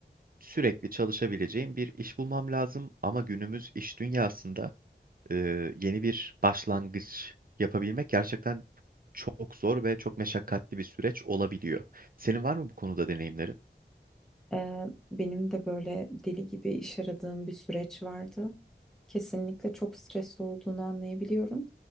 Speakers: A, on the right; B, in the centre.
A: sürekli çalışabileceğim bir iş bulmam lazım. Ama günümüz iş dünyasında e, yeni bir başlangıç yapabilmek gerçekten çok zor ve çok meşakkatli bir süreç olabiliyor. Senin var mı bu konuda deneyimlerin?
B: Ee, benim de böyle deli gibi iş aradığım bir süreç vardı. Kesinlikle çok stresli olduğunu anlayabiliyorum.